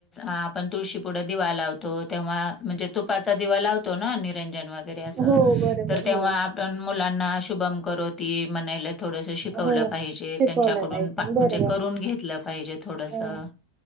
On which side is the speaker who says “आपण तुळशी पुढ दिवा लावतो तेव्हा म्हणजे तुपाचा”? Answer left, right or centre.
Left